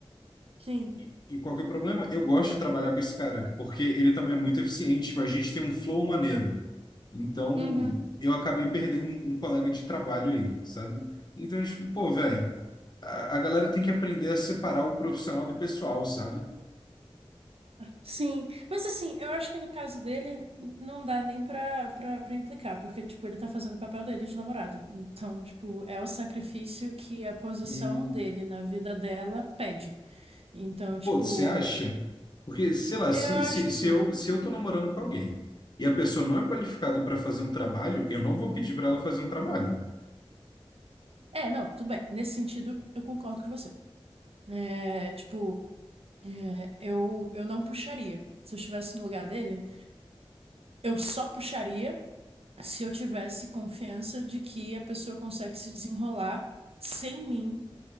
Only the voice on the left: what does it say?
E, e qual que é o problema? Eu gosto de trabalhar com esse cara, porque ele também é muito eficiente, tipo, a gente tem um flow maneiro. Então,
eu acabei perdendo um, um colega de trabalho aí, sabe? Então, tipo, pô, velho, a, a galera tem que aprender a separar o profissional do pessoal, sabe?
Hum,
pô, você acha? Porque, sei lá,
se,
se,
se
eu, se eu tô namorando com alguém e a pessoa não é qualificada para fazer um trabalho, eu não vou pedir para ela fazer um trabalho.